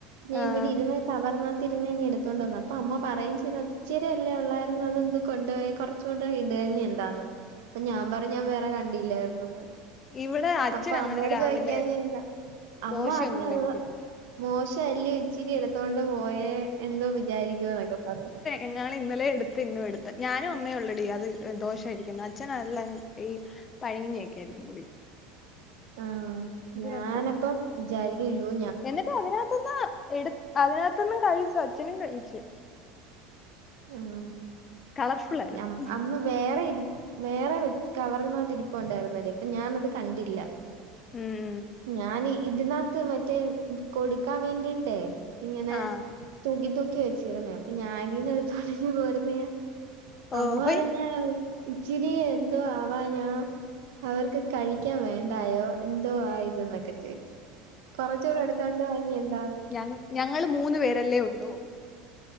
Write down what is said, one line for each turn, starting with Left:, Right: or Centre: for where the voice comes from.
Right: ഞാൻ
Left: ആഹ്
Right: ഇവിടെ ഇരുന്ന് കവർനാത്തിരുന്ന ഇങ്ങ് എടുത്തോണ്ട ന്നു അപ്പ അമ്മ പറയേം ചെയ്ത് ഇച്ചിരി അല്ലേ ഒള്ളായിരുന്നു അത് എന്ത് കൊണ്ടോയി കൊറച്ച് കൊണ്ടോയി ഇട് ഇനി എന്താന്ന് അപ്പൊ ഞാൻ പറഞ്ഞ് വേറെ കണ്ടില്ലായിരുന്
Left: ഇവിടെ അച്ഛൻ
Right: അപ്പൊ
Left: അങ്ങനെ
Right: അമ്മയോട്
Left: രാവിലെ
Right: ചോദിക്കാഞ്ഞെന്താ അമ്മ
Left: ദോശയൊന്നും
Right: പറഞ്ഞത്
Left: കഴിക്കത്തില്ല
Right: മോശഅല്ലേ ഇച്ചിരി എടുത്തോണ്ട് പോയേ എന്തോ വിചാരിക്കുന്നക്ക പറയാ
Left: എങ്ങാള് ഇന്നലെ എടുത്ത് ഇന്നും എടുത്ത് ഞാനും അമ്മേ ഉള്ളെടി അത് ദോശയിരിക്കുന്നു അച്ഛന അല്ല ഈ പഴങ്കഞ്ഞി വെക്കായിരുന്നു
Right: ആഹ് ഞാനപ്പ
Left: രണ്ടും
Right: വിചാരിക്കു യ്യയ്യോ
Left: എന്നിട്ട് അതിനകത്ത്ന്ന് എടുത്ത് അതിനകത്തിന്നും കഴിച്ചു അച്ഛനും കഴിച്ച്
Right: ഉം
Left: കളർഫുൾ ആയിരുന്നു
Right: ഞാ അമ്മ വേറെ ഇരി വേറെ വെച്ച് കവറിനകത്തിരിപ്പൊ ണ്ടായിരുന്നെടീ അപ്പ ഞാനത് കണ്ടില്ല
Left: ഉം
Right: ഞാന് ഇതിനകത്ത് മറ്റേ കൊടുക്കാൻ വേണ്ടിട്ടേ ഇങ്ങനെ
Left: ആഹ്
Right: തൂക്കി തൂക്കി വെച്ചിരുന്നേ അപ്പൊ ഞാനതീന്ന് എടുത്ത ഉടഞ്ഞ് പോരുന്നേ
Left: ഓഹ്
Right: അമ്മ
Left: ഹൊയ്
Right: പറഞ്ഞ് ഇച്ചിരി എന്തോ ആവാനാ അവർക്ക് കഴിക്കാൻ വേണ്ടായോ എന്തോ ആ ഇതെന്നൊക്കെ ചോയിച്ച് കൊറച്ചൂടെ എടുത്തോണ്ട് വരീ എന്താന്ന്
Left: ഞങ്ങ ഞങ്ങൾ മൂന്ന് പേരല്ലേ ഒള്ളൂ